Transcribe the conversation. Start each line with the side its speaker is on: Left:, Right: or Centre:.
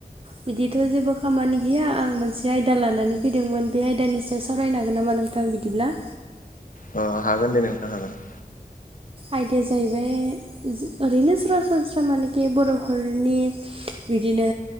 Right: बिदिथ' जेबो खामानि गैया आं मोनसे आयदा लानानै फैदोंमोन बे आयदानि सायाव सावरायनो हागोन नामा नों थां बिदिब्ला?
Left: अ हागोन दे नोंथां हागोन।
Right: आयदाया जाहैबाय ओरैनो सरासनस्रा मानेखि बर'फोरनि बिदिनो